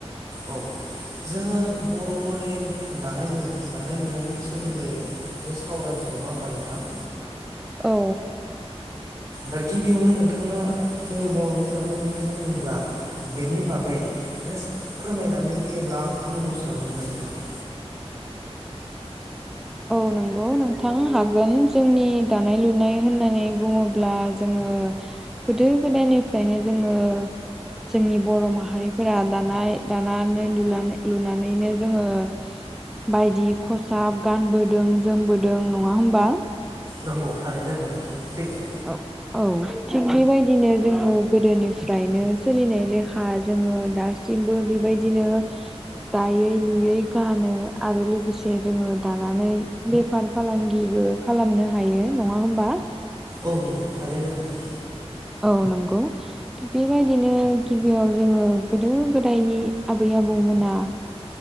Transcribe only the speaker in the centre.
औ
औ नंगौ नोंथां हागोन जोंनि दानाय लुनाय होननानै बुङोब्ला जोङो ङो गोदो गोदायनिफ्रायनो जोङो जोंनि बर' माहारिफोरा दानाय दानानै लुनानै लुनानैनो जोङो बायदि खसाब गानबोदों जोमबोदों नङा होमबा
औ औ थिग बेबायदिनो जोङो गोदोनिफ्रायनो सोलिनाय लेखा जोङो दासिमबो बेबाय बायदिनो दायै लुयै गानो आरो लोगोसे जोङो दानानै बेफार फालांगि बो खालामनो हायो नङा होमबा
औ नंगौ थिग बेबायदिनो गिबियाव जोङो गोदो गोदायनि आबै आबौमोना